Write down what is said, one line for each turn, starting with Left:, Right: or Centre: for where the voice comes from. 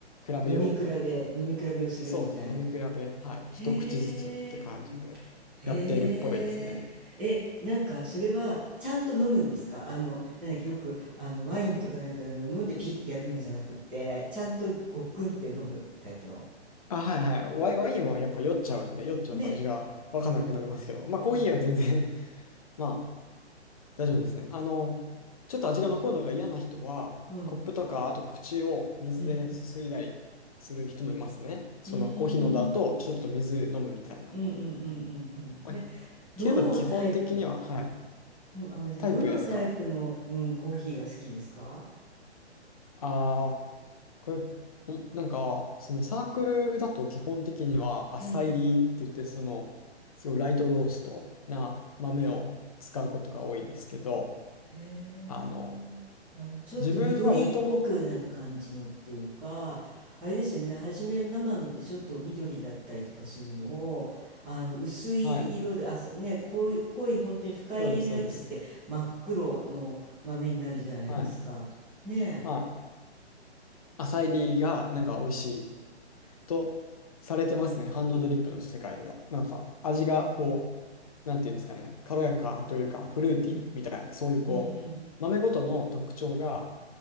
Left: 比べようみたいな。
Centre: 飲み比べ、飲み比べをするみたいな。
Left: そうですね。飲み比べ、はい。
Centre: へえ。
Left: 一口ずつって感じでやっているっぽいですね。
Centre: へえ。え、なんかそれはちゃんと飲むんですかあの、なんだっけ、よくあのワインとかなんかの飲んでピーってやるのじゃなくって、ちゃんとごっくんって飲むタイプの。
Left: あ、はいはい。ワイ、ワインはやっぱ酔っちゃうんで、酔っちゃうと味がわかんなくなりますけど、
Centre: ね。うんうん
Left: まあコーヒーは全然
Centre: うん
Left: <laughs> ま大丈夫ですね。あの、ちょっと味が残るのが嫌な人は、
Centre: うん
Left: コップとか、あと口を水ですすいだりする人もいますね。
Centre: うん。
Left: そのコーヒーのだと、
Centre: うーん。
Left: ちょっと水飲むみたいな。
Centre: うんうんうんうんうん。
Left: まあ、
Centre: え、どのタイプ、
Left: けど、基本的には、はい。
Centre: うん、あ、ごめんなさい。
Left: タイプですか
Centre: どのタイプの、うん、コーヒーが好きですか
Left: ああー、これ、んなんか、そのサークルだと基本的には、浅煎りって言って、
Centre: うん。
Left: その、すごいライトローストな豆を使うことが多いんですけど、
Centre: へえ、
Left: あの、
Centre: あの、ちょっと緑っぽくなる感じのっていうか、
Left: 自分はもともと、
Centre: あれですよね、初めの生のってちょっと緑だったりとかするのを、あの、薄い色で、
Left: はい、
Centre: あ、さね、濃い、濃い本当に深入りのやつって真っ黒の豆になるじゃないですか。
Left: そうです、そうです。はい
Centre: ねえ。
Left: まあ、浅いリーがなんか美味しいとされてますね、ハンドドリップの世界では。なんか味がこ
Centre: うーん、
Left: う、なんていうんですかね、軽やかというか、フルーティーみたいな、
Centre: うん、
Left: そういうこう、
Centre: うん、うん、
Left: 豆ごとの特徴が、